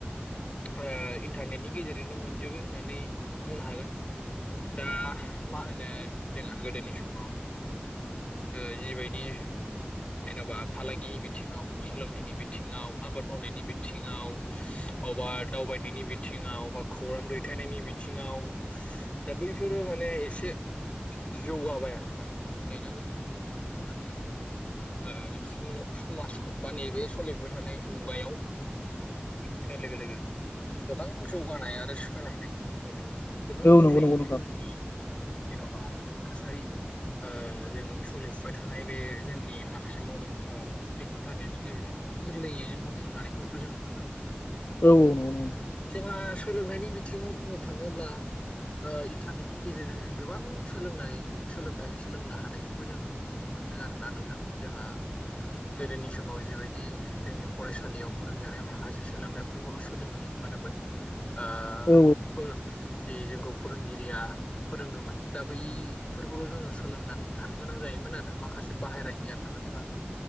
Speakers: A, on the left (about 30°); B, on the left (about 85°).
A: आ इन्टारनेटनि गेजेरजोंनो मोनजोबो होननानै बुंनो हागोन दा मा होनो जोंहा गोदोनि समाव ओ जिबायदि जेन'बा फालांगिनि बिथिङाव सोलोंनायनि बिथिङाव आबाद मावनायनि बिथिङाव अबा दावबायनायनि बिथिङाव बा खौरां दैथायनायनि बिथिङाव दा बैफोरो माने एसे जौगाबाय आरो दा इन्टारनेटआ जोंनि मा होनो समाजाव मा नैबे सलिबाय थानाय मुगायाव जोंहा इन्टारनेट फैनाय लोगो लोगो गोबां जौगानाय आरो सोलायनायखौ जों नुनो मोनबाय गोबां गोरलैयैनो
B: नंगौ नंगौ नोंथां
A: जोंनि जेन'बा थासारि ओ जों सोलिफुबाय थानाय बे जोंनि माखासे मावनांगौ हाबाफोर इन्टारनेटनि गेजेरजों गोबां गोरलैयैनो मावफुंजानायखौबो जों नुनो मोनदों
B: औ औ नं' नङा
A: जोंहा सोलोंथाइनि बिथिङाव बुंनो थाङोब्ला इन्टारनेटनि गेजेरजों जों गोबां सोलोंनाय सोलोंथाइ सोलोंनो हानायखौबो जों नुनो मोनदों आरोना नोंथां जोंहा गोदोनि समाव जिबायदि जोंनि फरायसालियाव फोरोंजानाया माखासे माखासे सोलोंथाइफोरखौल' सोलोंनो मोनोमोन आ
B: औ
A: जि जोंखौ फोरोंगिरिया फोरोङोमोन दा बैफोरखौल' जोङो सोलोंनानै थानो गोनां जायोमोन आरो माखासे बाहेरा गियान बा